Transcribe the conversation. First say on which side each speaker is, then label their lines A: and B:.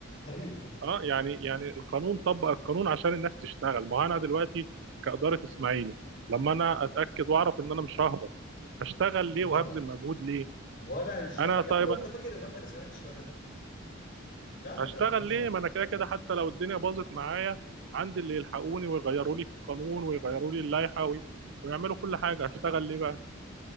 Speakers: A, on the left; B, on the right.
A: ايوه
B: اه يعني يعني القانون طبق القانون عشان الناس تشتغل ما هو انا دلوقتي كاداره اسماعيلي لما انا اتاكد واعرف ان انا مش ههبط هشتغل ليه
A: <laughs>
B: وهبذل
A: خلاص
B: مجهود ليه
A: ولا هيشتغل
B: انا طيب
A: يا عم وانت فاكر اداره الاسماك تشتغل يا عم
B: هشتغل
A: انت بتهزر
B: ليه ما انا كده كده حتى لو الدنيا باظت معايا عندي اللي يلحقوني ويغيروا لي القانون ويغيروا لي اللائحه وي- ويعملوا كل حاجه هشتغل ليه بقى